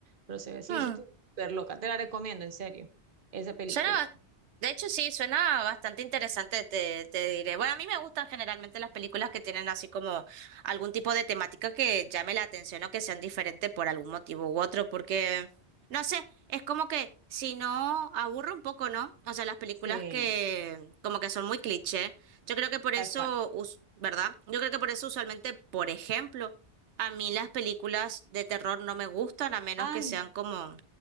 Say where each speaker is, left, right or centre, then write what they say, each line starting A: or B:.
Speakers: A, on the right; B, on the right.
A: Pero se ve así,
B: Mm.
A: súper loca, te la recomiendo, en serio, esa película.
B: Suena, bas- de hecho sí, suena bastante interesante, te, te diré. Bueno, a mí me gustan generalmente las películas que tienen así como algún tipo de temática que llame la atención o que sean diferentes por algún motivo u otro, porque, no sé, es como que si no, aburre un poco, ¿no? O sea, las películas
A: Sí,
B: que como que son muy cliché. Yo creo que por
A: tal
B: eso,
A: cual.
B: us- ¿verdad? Yo creo que por eso usualmente, por ejemplo, a mí las películas de terror no me gustan a menos
A: Ay,
B: que sean como,